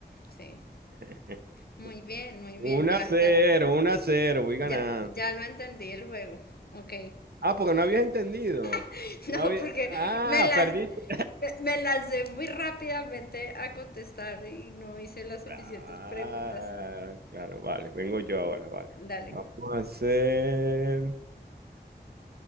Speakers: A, on the left; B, on the right.
A: Sí.
B: <laughs>
A: Muy bien, muy bien.
B: un
A: Ya,
B: a 0,
A: ya,
B: 1 a 0, voy ganando.
A: ya, ya lo entendí el juego. Ok.
B: Ah, porque no habías entendido.
A: <laughs>
B: No
A: No,
B: había...
A: porque
B: Ah,
A: me la...
B: perdiste.
A: Me, me lancé muy rápidamente a contestar y no hice las suficientes
B: Claro,
A: preguntas.
B: claro, vale, vengo yo ahora, vale.
A: Dale,
B: Vamos a hacer,